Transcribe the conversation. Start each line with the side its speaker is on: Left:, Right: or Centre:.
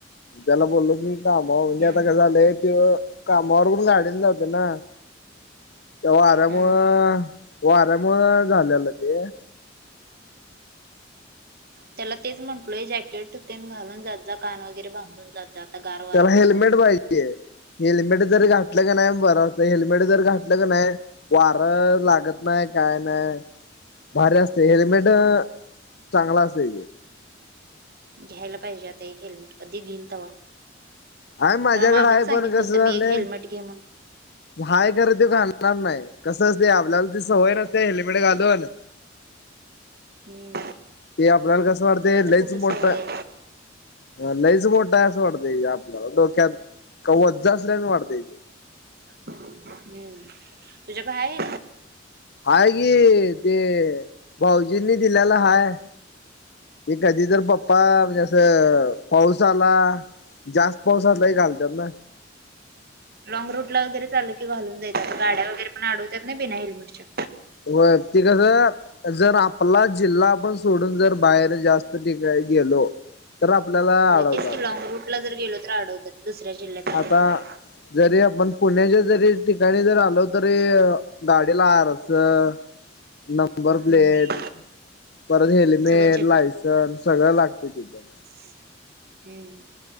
Left: त्याला बोलो की कामावर म्हणजे
Right: ह
Left: आता काय झालंय, त्यो कामावर पण गाडीनं जातोय ना. त्या वाऱ्यामुळं
Right: हा.
Left: वाऱ्यामुळं झाल्यालं ते.
Right: त्याला तेच म्हटलोय जॅकेट तेन घालून जात जा कान वगैरे बांधून जात जा आता गार वारा
Left: त्याला हेल्मेट
Right: असते.
Left: पाहिजे हेल्मेट जर घातलं का नाही बर असत हेल्मेट जर घात क नाही वार लागत नाही काय नाही भारी असते हेल्मेट हेल्मेट चांगला असतय.
Right: घ्यायला पाहिजे आता एक हेल्मेट. कधी घेईल तेव्हा
Left: आहे माझ्याकडे
Right: त्याला मागच
Left: आहे
Right: सांगितलं
Left: पण कसं
Right: होतं
Left: झालंय
Right: मी एक हेल्मेट घे म्हणून.
Left: हाय घरात तो घालणार नाही कसं असते आपल्याला ती सवय नसते हेल्मेट घालवून.
Right: हम्म
Left: <inaudible> ते आपल्याला कस वाटत
Right: त्याला
Left: लईच
Right: तर कुठं
Left: मोठ
Right: सवय आहे
Left: लईच मोठा आहे असं वाटताय आपल्याला डोक्यात वज असल्या वाणी वाटतय.
Right: हम्म तुझ्या कड आहे.
Left: हाय की ते भाऊजीनी दिलेला हाय. ते कधी तर पप्पा म्हणजे असं पाऊस आला जास्त पाऊस असला की घालतेत ना.
Right: लाँग रूटला वगैरे चाल की घालून जायचं गाड्या वगैरे पण आडवतेत ना बिना हेल्मेटच्या.
Left: व्हय ती कसं जर आपला जिल्हा आपण सोडून जर बाहेर जास्त ठिकाणी गेलो तर आपल्याला
Right: होय
Left: अडवतात
Right: तेच की लॉंग रूटला जर गेलो तर आडवतेत दुसऱ्या जिल्ह्यात वगैरे
Left: आता जरी आपण पुण्याच्या जरी ठिकाणी जर आलो तरी गाडीला आरसं नंबर प्लेट
Right: हम्म.
Left: हेल्मेट,
Right: सगळं
Left: लायसन्स सगळं लागतय तिथं.
Right: हा हम्म.